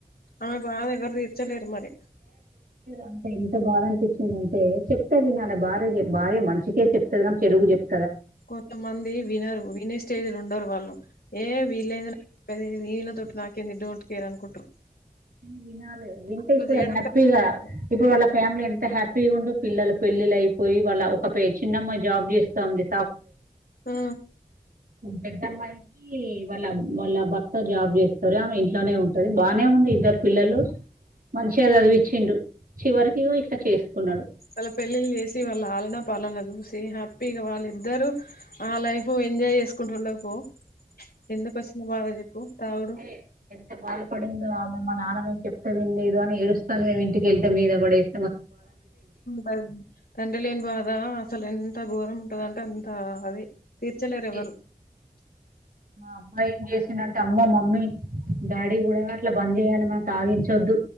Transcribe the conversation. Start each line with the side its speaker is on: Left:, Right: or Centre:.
Left: ఆమె బాధ ఎవరు తీర్చలేరు మరి
Right: అంత ఎంత బాధ అనిపించింది అంటే చెప్తా వి అన్న భార్య భార్య మనిికే చెప్తదిని చెడుగు చెప్ా
Left: కొంతమంది వినరు వినే స్టేజ్లు ఉండరు వాళ్ళు ఏ వీలైంది నాకు చెప్పేది వీళ్ళతోటి నాకేంది డోంట్ కేర్ అనుకుంటారు
Right: అని వినాలి వింటే
Left: అట్లా
Right: ఇప్పుడు
Left: చేయడం
Right: హ్యాపీగా
Left: కరెక్ట్
Right: ఇప్పుడు వాళ్ళ ఫ్యామిలీ ఎంత అంత హ్యాపీగా ఉండు పిల్లలు పెళ్ళిళ అయిపోయి వాళ్ళ ఒక చిన్నమ్మా జాబ్ చేస్తాంది
Left: ఆ
Right: పెద్దమ్మాయికి వాళ్ళ వాళ్ళ భర్త జాబ్ చేస్తారు ఆమె ఇంట్లోనే ఉంటది బాగానే ఉంది ఇద్దరు పిల్లలు మంచిగా చదివిచ్చిండు చివరికి ఇట్లా చేసుకున్నాడు
Left: వాళ్ళ పెళ్ళిళ్ళ చేసి వాళ్ళ ఆలనా పాలన చూసి హ్యాపీగా వాళ్ళ ఇద్దరు ఆ లైఫ్ ఎంజాయ్ చేసుకుంటుండ పో ఎందుకు వచ్చిన బాధ చెప్పు తాగుడు
Right: అయ ఎంత బా పడిందమె మా నాన్నే చెప్ా ఏం లేదు అని ఏడుస్తుంది మేము ఇంటికెళ్ళ మీద పడేస్త
Left: బాగా తండ్రి లేని బాదా అసలు ఎంత ఎంత ఘోరం ఉంటదంటే అంత అది తీర్చలేరు ఎవ్వరు
Right: ఈ అబ్బాయి ఏం చేసినంటే అమ్మ మమ్మీ డాడీ కూడా అట్లా బంద్ చేయాలమని తాగించొద్దు